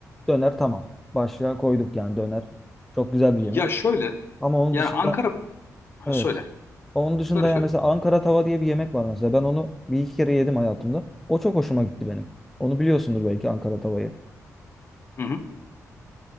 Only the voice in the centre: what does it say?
Döner tamam. Başlığa koyduk yani döner. Çok güzel bir
yemek.
Ama onun
dışında
evet.
Onun dışında
yani
mesela Ankara tava diye bir yemek var mesela. Ben onu bir iki kere yedim hayatımda. O çok hoşuma gitti benim. Onu biliyorsundur belki Ankara tavayı.